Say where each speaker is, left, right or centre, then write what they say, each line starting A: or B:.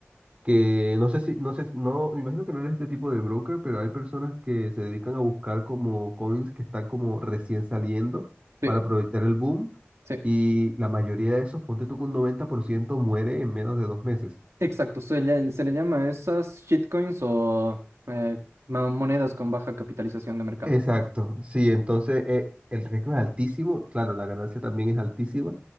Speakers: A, on the right; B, on the right.
A: que no sé si, no sé, no, me imagino que no eres este tipo de broker, pero hay personas que se dedican a buscar como coins que están como recién saliendo
B: Sí,
A: para aprovechar el boom,
B: sí.
A: y la mayoría de esos, ponte tú que un 90% muere en menos de dos meses.
B: Exacto. Se le, se le llama a esas shitcoins o eh, ma- monedas con baja capitalización de mercado.
A: Exacto, sí, entonces eh, el riesgo es altísimo, claro, la ganancia también es altísima,